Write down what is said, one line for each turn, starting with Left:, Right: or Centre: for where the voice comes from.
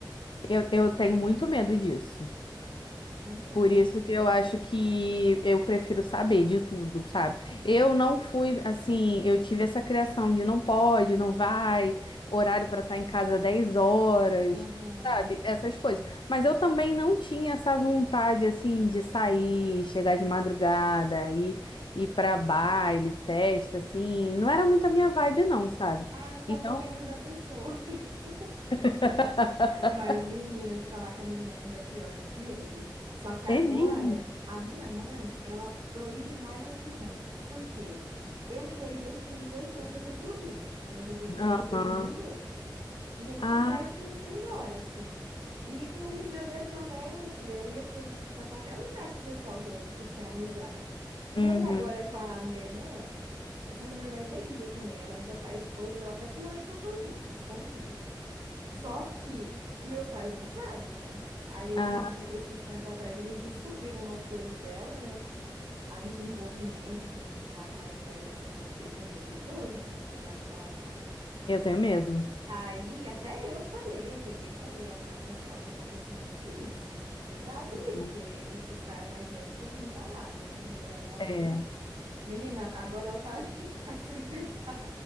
Left: Eu, eu tenho muito medo disso.
Right: Então,
Left: Por isso que eu acho que eu prefiro saber de tudo, sabe? Eu não fui assim, eu tive essa criação de não pode, não vai, horário para estar em casa dez horas,
Right: aham.
Left: sabe? Essas coisas. Mas eu também não tinha essa vontade assim de sair, chegar de madrugada, ir, ir para baile, festa, assim. Não era muito a minha vibe, não, sabe?
Right: Ah, então
Left: Então,
Right: depende da pessoa <laughs> mesmo.
Left: <laughs>
Right: Mas, menina, de falar que a minha irmã ainda é pior do que eu, viu? Só que
Left: é
Right: agora,
Left: mesmo.
Right: a minha mãe, ela proíbe mais a minha irmã. Por quê? Eu endoidei com 18 anos, eu fui pro Rio. Eu não sei se eu te falei
Left: Aham.
Right: que eu fui com 18. Meti
Left: Ah,
Right: o pé e fui, fui embora, assim. E no Rio de Janeiro também, eu falei, eu ia para qualquer lugar com o pessoal que eu, que eu tinha amizade. E
Left: uhum.
Right: aí agora com a minha irmã, só que a minha irmã é terrível também, ela ainda faz coisas até pior do que eu fazia, escondido. Só que meus pais não sabem, né? Aí esses,
Left: Ah.
Right: di- esses tempos atrás eles descobriram umas coisas dela, né? Há uns envolvimento com uns caras mais velhos, assim, é, pe- é meio perigoso, né? Nessa idade que ela tá.
Left: Eu tenho medo.
Right: Aí até eu falei, eu peguei e falei, ó, pra minha mãe, ó, tá acontecendo isso e isso. Cuidado
Left: Não.
Right: aí, porque esses caras mais velhos têm muita lábia, né? E ela é novinha.
Left: É.
Right: Menina, agora ela tá <laughs> em cárcere privado.